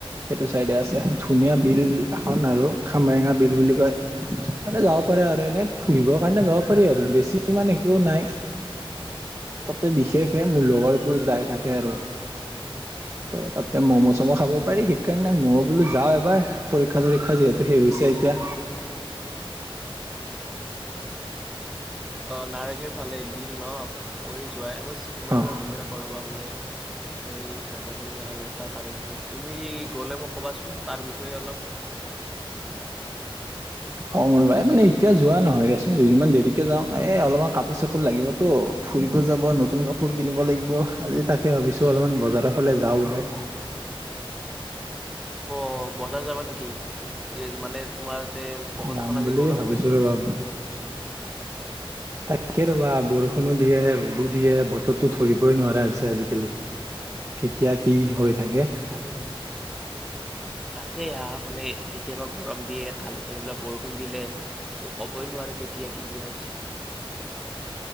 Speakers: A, on the right (about 30°); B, in the centre.
A: সেইটো চাইডে আছে ধুনীয়া বিল এখন আৰু খামৰেঙা বিল বুলি কয় তাতে যাব পাৰে আৰু এনে ফুৰিবৰ কাৰণে যাব পাৰি আৰু বেছি ইমান একো নাই তাতে বিশেষে মোৰ লগৰবোৰ যায়। থাকে আৰু ত তাতে মম' চমো খাব পাৰি সেইকাৰণে ময়ো বোলো যাও এবাৰ। পৰীক্ষা চৰীক্ষা যিহেতু শেষ হৈছে এতিয়া।
B: নাৰেঙীৰ ফালে বিল 'ন মই যোৱাই নাই। ইমানে
A: অ
B: মানে গমেই নাপাওঁ ৰবা মানে। মই নাজানো ইমান আৰু এটা তাৰে বিষয়ে তুমি গ'লে মোক ক'বাচোন তাৰ বিষয়ে অলপ।
A: অ' মানে এতিয়া যোৱা নহয় এচোন দুইদিনমান দেৰিকে যাও। এ অলপমান কাপোৰ চাপোৰ লাগিবতো ফুৰিব যাব নতুন কাপোৰ কিনিব লাগিব আজি তাকে ভাবিছো অলপমান বজাৰৰ ফালে যাও ওলাই।
B: অ' বজাৰ যাবা নেকি মানে? তোমাৰতে পকেটখন
A: যাম
B: আজি
A: বুলি
B: গৰম
A: ভাবিছো
B: হৈ আছে।
A: ৰ'বা তাকে ৰবা বৰষুণো দিয়ে ৰ'দো দিয়ে বতৰো ধৰিবই নোৱাৰা হৈছে আজিকালি কেতিয়া কি হৈ যায়। তাকে।
B: তাক তাকেই আও মানে কেতিয়াবা গৰম দিয়ে কালি ধৰি লওক বৰষুণ দিলে ত' ক'বই নোৱাৰে কেতিয়া কি দিয়া হৈছে।